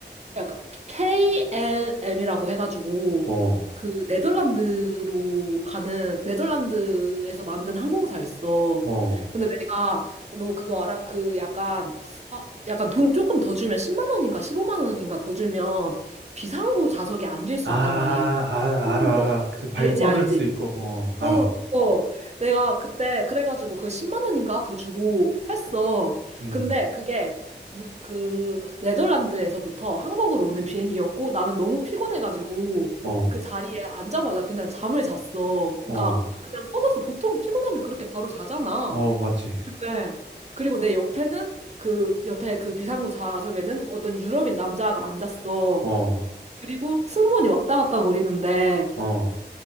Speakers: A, on the right; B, on the right.
A: 약간 KLM이라고 해가지고
B: 어,
A: 그 네덜란드로 가는 네덜란드에서 만든 항공사 있어.
B: 어.
A: 근데 내가 너 그거 알아? 그 약간 아 약간 돈 조금 더 주면 10만 원인가 15만 원인가 더 주면 비상구 좌석에 앉을 수
B: 아,
A: 있단
B: 아,
A: 말이야. 음.
B: 알아,
A: 너
B: 알아. 그 발
A: 알지
B: 뻗을
A: 알지?
B: 수 있고, 어, 알아.
A: 어, 어. 내가 그때 그래가지고 그 10만 원인가 더 주고 했어.
B: 음.
A: 근데 그게 유- 그 네덜란드에서부터 한국으로 오는 비행기였고 나는 너무 피곤해가지고
B: 어,
A: 그 자리에 앉자마자 그냥 잠을 잤어. 그러니까
B: 어,
A: 그냥 뻗어서 보통 피곤하면 그렇게 바로 자잖아.
B: 어, 맞지.
A: 네 그리고 내 옆에는 그 옆에 그 비상구 좌석에는 어떤 유럽인 남자가 앉았어.
B: 어,
A: 그리고 승무원이 왔다 갔다 거리는데
B: 어,